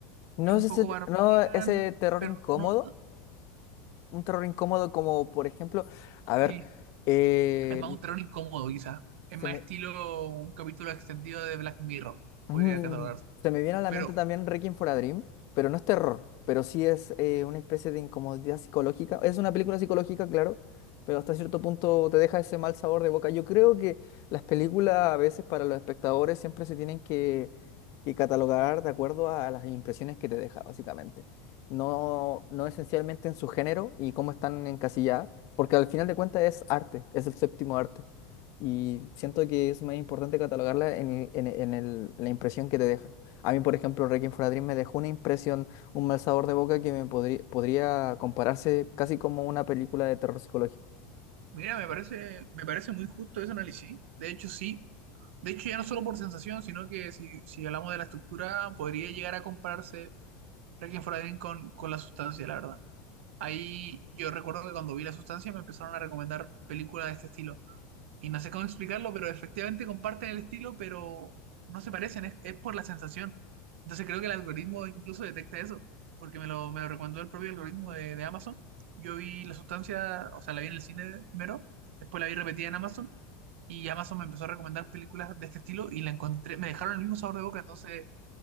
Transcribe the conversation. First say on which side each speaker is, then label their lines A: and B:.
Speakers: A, on the left; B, on the right.
A: No
B: Es un
A: es ese,
B: poco barbarian,
A: no ese terror
B: pero
A: incómodo,
B: no... ta-
A: un terror incómodo como, por ejemplo, a
B: Sí,
A: ver, eh,
B: es más un terror incómodo quizás, es
A: se
B: más
A: me-
B: estilo un capítulo extendido de Black Mirror,
A: Mm,
B: podría catalogarse.
A: se me viene a la
B: Pero
A: mente también Requiem for a Dream, pero no es terror, pero sí es eh, una especie de incomodidad psicológica. Es una película psicológica, claro, pero hasta cierto punto te deja ese mal sabor de boca. Yo creo que las películas a veces para los espectadores siempre se tienen que, que catalogar de acuerdo a las impresiones que te deja, básicamente. No, no esencialmente en su género y cómo están encasilladas, porque al final de cuentas es arte, es el séptimo arte y siento que es más importante catalogarla en, el- en, en el- la impresión que te deja. A mí, por ejemplo, Requiem for a Dream me dejó una impresión, un mal sabor de boca que me podría, podría compararse casi como una película de terror psicológico.
B: Mira, me parece, me parece muy justo ese análisis. De hecho, sí. De hecho, ya no solo por sensación, sino que si, si hablamos de la estructura, podría llegar a compararse Requiem for a Dream con, con la sustancia, la verdad. Ahí yo recuerdo que cuando vi la sustancia me empezaron a recomendar películas de este estilo y no sé cómo explicarlo, pero efectivamente comparten el estilo, pero no se parecen, es, es por la sensación. Entonces creo que el algoritmo incluso detecta eso, porque me lo, me lo recomendó el propio algoritmo de, de Amazon. Yo vi la sustancia, o sea, la vi en el cine primero, después la vi repetida en Amazon, y Amazon me empezó a recomendar películas de este estilo y la encontré, me dejaron el mismo sabor de boca, entonces